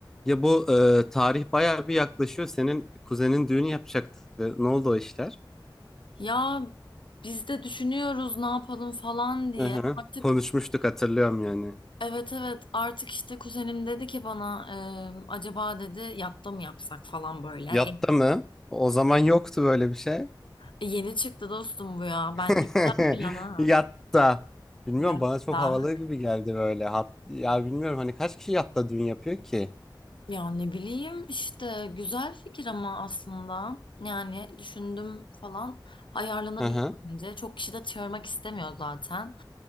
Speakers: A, in the centre; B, on the left.
A: Ya bu e, tarih bayağı bir yaklaşıyor. Senin kuzenin düğünü yapacaktı. Ne oldu o işler?
B: Ya biz de düşünüyoruz ne yapalım falan diye.
A: Hı hı.
B: Artık
A: Konuşmuştuk hatırlıyorum yani.
B: evet evet artık işte kuzenim dedi ki bana e, acaba dedi yatta mı yapsak falan böyle.
A: Yatta
B: E,
A: mı? O zaman yoktu böyle bir şey.
B: e, yeni çıktı dostum bu ya.
A: <laughs>
B: Bence güzel plan ha.
A: Yatta. Bilmiyorum
B: Yatta.
A: bana çok havalı gibi geldi böyle. Hat, ya bilmiyorum hani kaç kişi yatta düğün yapıyor ki?
B: Ya ne bileyim işte güzel fikir ama aslında yani düşündüm falan ayarlanabilir
A: Hı hı.
B: bence. Çok kişi de çağırmak istemiyor zaten.